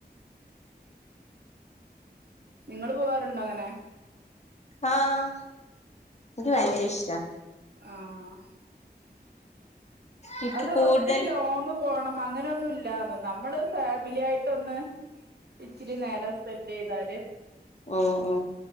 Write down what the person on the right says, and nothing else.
നിങ്ങൾ പോവാറുണ്ടോ അങ്ങനെ
ആഹ്
അത്
ഒത്തിരി ലോങ് പോണം അങ്ങനെന്നുംല്ലന്ന് നമ്മള് ഫാമിലി ആയിട്ടൊന്ന് ഇച്ചിരി നേരം സ്പെന്റ് ചെയ്താല്